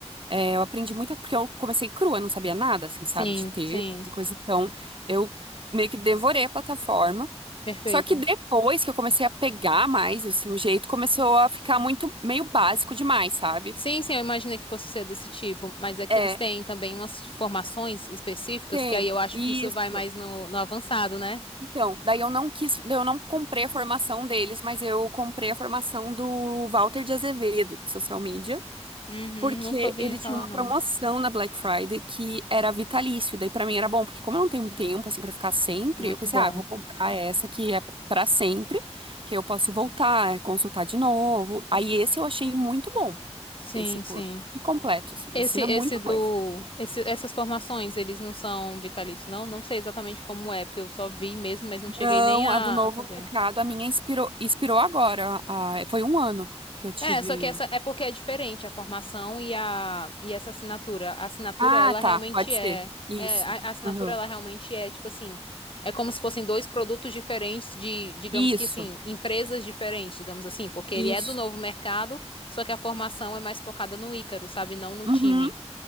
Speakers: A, on the right; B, on the left.
A: É, eu aprendi muito porque eu comecei crua, eu não sabia nada, assim,
B: Sim,
A: sabe, de ter,
B: sim.
A: de coisa. Então, eu meio que devorei a plataforma.
B: Perfeito.
A: Só que depois que eu comecei a pegar mais, assim, o jeito começou a ficar muito meio básico demais, sabe?
B: Sim, sim, eu imaginei que fosse ser desse tipo, mas é que
A: É,
B: eles têm também umas formações específicas,
A: tem.
B: que aí eu acho
A: Isso.
B: que isso vai mais no, no avançado, né?
A: Então, daí eu não quis, daí eu não comprei a formação deles, mas eu comprei a formação do Walter de Azevedo, de social media,
B: Uhum,
A: porque
B: nunca ouvi
A: ele
B: falar,
A: tinha uma
B: não.
A: promoção na Black Friday que era vitalício. Daí pra mim era bom, porque como eu não tenho tempo assim para ficar sempre,
B: Muito
A: eu pensei,
B: bom.
A: ah, eu vou comprar essa que é pra sempre, que eu posso voltar, consultar de novo. Aí esse eu achei muito bom,
B: Sim,
A: esse curso.
B: sim.
A: E completo, assim,
B: Esse,
A: ensina
B: esse
A: muita
B: do,
A: coisa.
B: esse, essas formações, eles não são vitalícios, não? Não sei exatamente como é, porque eu só vi mesmo, mas não cheguei
A: Não,
B: nem a,
A: a do novo
B: a fazer.
A: mercado, a minha inspirou, inspirou agora. a- foi um ano que eu tive
B: É, só que essa é porque é diferente a formação e a e essa assinatura. A assinatura
A: Ah,
B: ela
A: tá,
B: realmente
A: pode
B: é,
A: ser. Isso.
B: é a, a assinatura
A: Aham.
B: ela realmente é tipo assim, é como se fossem dois produtos diferentes de, digamos
A: Isso,
B: que assim, empresas diferentes, digamos assim, porque ele
A: isso.
B: é do novo mercado, só que a formação é mais focada no Ícaro, sabe, não no
A: Uhum,
B: time.